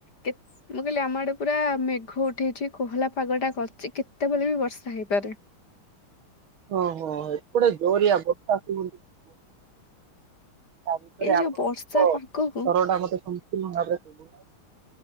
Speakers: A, on the left; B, on the right.
A: କେ- ମୁଁ କହିଲି ଆମ ଆଡେ ପୁରା ମେଘ ଉଠେଇଛି କୋହଲା ପାଗଟା କରିଛି କେତେବେଳେ ବି ବର୍ଷା ହେଇପାରେ। <inaudible>
B: ଓ ହୋ ଏପଡେ ଜୋରିଆ ବର୍ଷା ଯୋଉ ତା ଭିତରେ
A: ଏଇ ଯୋଉ
B: ଆପଣଙ୍କ
A: ବର୍ଷା ପାଗକୁ
B: ସ୍ତର
A: ମୁଁ
B: ଟା ମତେ ସଂପୂର୍ଣ୍ଣ ଭାବରେ କିବନହିଁ।